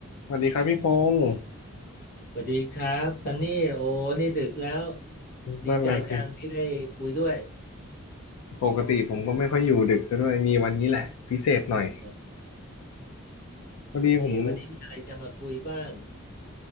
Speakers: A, on the left; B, on the left.
A: สวัสดีครับพี่พงศ์
B: สวัสดีครับตอนนี้โอ้นี่ดึกแล้วดีใจจังที่ได้คุยด้วย
A: นั่นนะสิปกติผมก็ไม่ค่อยอยู่ดึกซะด้วยมีวันนี้แหละพิเศษหน่อย
B: เออ
A: พอดีผม
B: โอเควันนี้มีอะไรจะมาคุยบ้าง